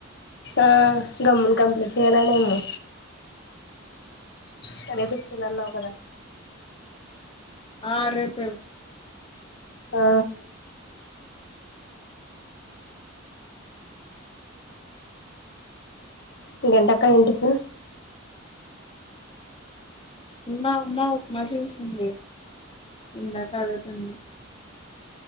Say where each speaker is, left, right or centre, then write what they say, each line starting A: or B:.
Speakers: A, on the left (about 60°); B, on the left (about 25°).
A: ఆ గొమ్మున కంప్లీట్ చేయాలనేమో సరేపిచ్చలు అన్నావు కదా
B: ఆ రెప్
A: ఆ ఎ గంటకాయ ఎంటుకు
B: మా అమ్మా ఉప్మా చేసింది ఇందాకా అదే తిన్న